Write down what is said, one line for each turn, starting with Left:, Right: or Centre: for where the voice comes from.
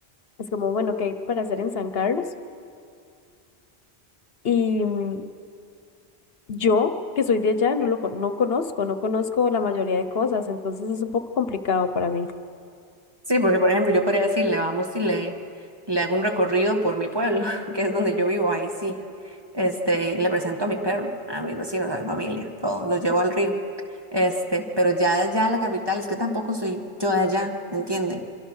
Left: es como, bueno, ¿qué hay para hacer en San Carlos? Y mm, Yo, que soy de allá, no lo con- no conozco, no conozco la mayoría de cosas, entonces es un poco complicado para mí.
Right: Sí, porque por ejemplo yo podría decirle, vamos y le, le hago un recorrido por mi pueblo, <laughs> que es donde yo vivo, ahí sí. Este, le presento a mi perro, a mis vecinos, a mi familia, todo, los llevo al río. Este, pero ya de allá a la capital, es que tampoco soy yo de allá, ¿me entiende?